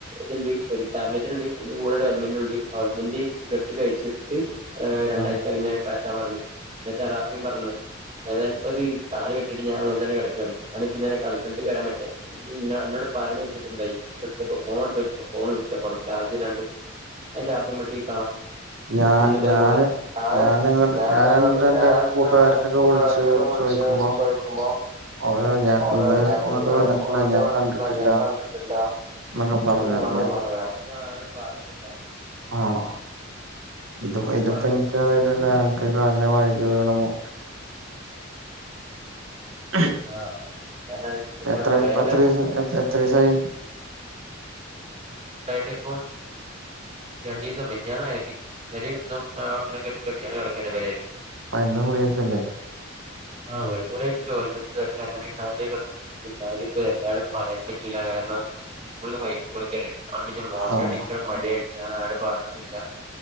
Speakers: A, on the right; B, on the right.
A: ത്ണ്ട് ഒരു ടാബ്ലെറ്റെന്നെണ്ട് അയ്ന്റെ കൂടൊര് ഓൽമെന്റുണ്ട് ഓൽമെന്റ് കെട്ട് കഴിച്ചി രണ്ടാഴ്ച
B: ഉം
A: പിന്നെ പാറ്റ പർഞീണ് ന്നത്തെറാപി പർഞീണ് ഏതാലുപ്പത് കാല് കെട്ടിട്ട് ഞാങ്ങൻതന്നെ കട്ക്കാണ് ഞാനിപ്പ തന്നെ കളിസെൽത്ക്ക് വരാൻപറ്റയ് പിന്നെ ന്നോട് പര്യണ്ജാര്ചിട്ടെന്തായി ഫോൺ ട്തോക്ക്യപ്പൊ ഫോണും സുച്ചോഫാണ് ചാർജില്ലാണ്ട് <unintelligible> യി
B: ഞാ
A: ഇന്ന്പ്പത
B: ഞാന്
A: <unintelligible>
B: ഞാനങ്ങട്ട് ഞാനെന്നിട്ട് എന്റെ കൂട്ടുകാർക്കൊക്കെ
A: കൂട്ട്കാര്നൊക്കെ
B: വിളിച്ച്
A: വിള്ച്ച്
B: ചോയിക്കുമ്പോ
A: ചോയിക്കുമ്പോ
B: ഓല് പറഞ്ഞു ഞാൻ
A: ഓലറിം
B: ഇന്ന്
A: ഞാ <unintelligible> <unintelligible>
B: ഇങ്ങട്ട് വന്നിട്ടില്ല
A: പുറത്തു
B: ഞാൻ
A: വന്നിട്ടില്ല
B: കണ്ടിട്ടില്ല
A: ഞാൻ കണ്ടിട്ടില്ല
B: എന്നൊക്കെ പറഞ്ഞ്
A: ആഹ്
B: ഞാൻ
A: ഞാ ആരോടു പർഞ്ഞില്ല
B: ആഹ് ഇത് ഇതിപ്പൻക്
A: പറയാ
B: <unintelligible> അൻക്ക് കാൽനാ വയ്‌ക്കി വീണ്മു <unintelligible> <inaudible>
A: ആഹ് <unintelligible>
B: എത്ര പ്പ
A: എല്ലാരും
B: ത്രീസാ എത്രീസായി
A: ആയിട്ട് പ്പൊ രണ്ടീസം മിഞ്ഞാന്നാ യ ന്നെലിം ന്നും കെട്ട്യാണ്ട് കട്ക്കെന്നെ പേരെല്
B: മര്ന്നു ഗുളികക്കൊല്ലേ
A: ആഹ് മര്ന്നു ഗുളികക്ക്ണ്ട് ഓൽമന്റ് <unintelligible> ന്തായതിപ്പെ എല്ലാരരും പണ്യേട്പിക്കൂല കാര്ണം <unintelligible> കൊടുക്കല്ലേ അട്മിറ്റും മോശമായിട്ട്
B: ആഹ്
A: ഇന്കഹ് മഡ്യായിട്ട് ഞാനൊര്ടും പർഞ്ഞതൂല്ല